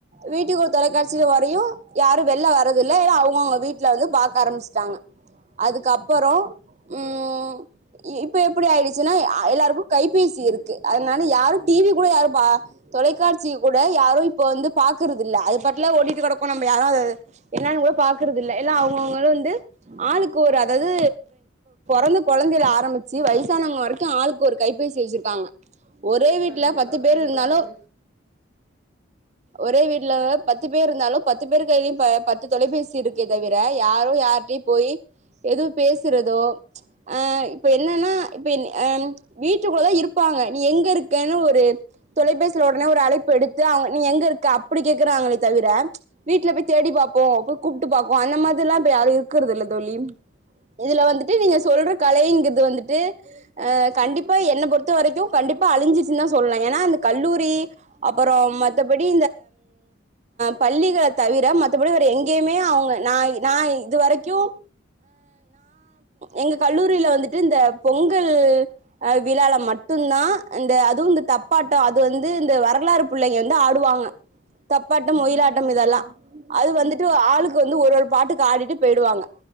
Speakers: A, on the right (about 35°); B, on the right (about 20°).
A: வீட் தொலைக்காட்சியில வரையும் யாரும் வெளில வர்றது இல்ல அவங்க அவங்க வீட்டில் வந்து பார்க்க ஆரம்பிச்சட்டாங்க அதுக்கப்புறம் ம் இ இப்ப எப்படி ஆயிடுச்சுன்னா எல்லாருக்கும் கைபேசி இருக்கு அதனால யாரும் டிவி கூட யாரும் தொலைக்காட்சி கூட யாரும் இப்ப வந்து பாக்குறதில்ல அது பாட்ல ஓடிட்டு கிடக்கும் நம்ம யாரும் என்னன்னு கூட பாக்குறதுில்ல்ல அவங்கவுங்களும் வந்து ஆளுக்கு ஒரு அதாவது இந்த குழந்தை ஆரம்ப வயசானவம் வரைக்கும் ஆளுக்கு ஒரு கைப்பேசி வச்சிருக்காங்க ஒரே வீட்ல
B: கண்டிப்பா
A: பத்து பேர்
B: கண்டிப்பா
A: இருந்தாலும்
B: தோழி
A: ஒரே வீட்டல பத்து பேர் இருந்தாலும் பத்து பேரு கையிலும் பத்து தொலைபேசி இருக்கு தவிர யாரும் யார்கிட்டையும் போய் எதுவும் பேசுறதோ ஆ இப்ப என்னன்னா இப்ப வீட்டுக்குள்ள தான் இருப்பாங்க நீ எங்க இருக்கன்னு ஒரு தொலைபேசியில உடனே ஒரு அழைப்பு எடுத்து நீ எங்க இருக்க அப்படி கேக்குராங்கல தவிர வீட்ல போய் தேடி பார்ப்போம் போய் கூப்பிட்டு பாரோம் அந்த மாதிரில்லாம் இ இருக்கறத இல்ல தோழி இதுல வந்துட்டு நீங்க சொல்ற கலைங்க வந்துட்டு கண்டிப்பா என்னை பொறுத்த வரைக்கும் கண்டிப்பா அழிஞ்சச்ச சொல்வ கல்லூரி அப்புறம்படி பள்ளிகளை தவிரப எங்கயுமேங்க இதுரைக்கும் எங்க கல்லூரியில வந்து இந்த பொங்கல் ஆ விழால மட்டும்தான் இந்த அதுவும் இந்த தப்பாட்டம் அது வந்து இந்த வரலாறு புள்ளைங்க வந்து ஆடுவாங்க தப்பாட்டம் ஒயிலாட்டம் இதெல்லாம் அது வந்துட்டு ஆளுக்கு வந்து ஒரு ஒரு பாட்டுக்கு ஆடிட்டு போயிடுவாங்க